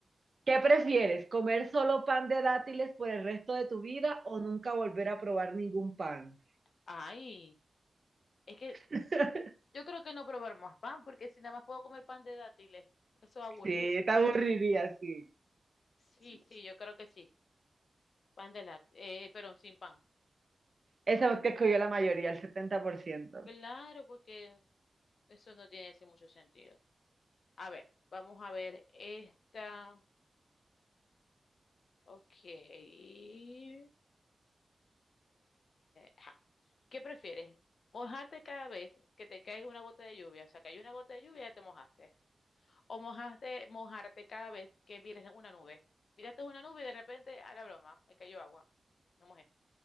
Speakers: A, on the right; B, on the left.
A: ¿qué prefieres? ¿Comer solo pan de dátiles por el resto de tu vida o nunca volver a probar ningún pan?
B: Ay, es que
A: <laughs>
B: Yo creo que no probar más pan, porque si nada más puedo comer pan de dátiles, eso va a aburrir.
A: Sí, te aburriría, sí.
B: Sí,
A: Sí,
B: sí, yo creo que sí. Pan de dátiles, eh, perdón, sin pan.
A: Esa que escogió la mayoría, el setenta por ciento
B: Claro, porque eso no tiene así mucho sentido. A ver, vamos a ver esta. Ok. Eh, ajá. ¿Qué prefieres? ¿Mojarte cada vez que te caiga una gota de lluvia? O sea, cayó una gota de lluvia y ya te mojaste. O mojaste mojarte cada vez que mires una nube. Miraste una nube y de repente, a la broma, me cayó agua. Me mojé.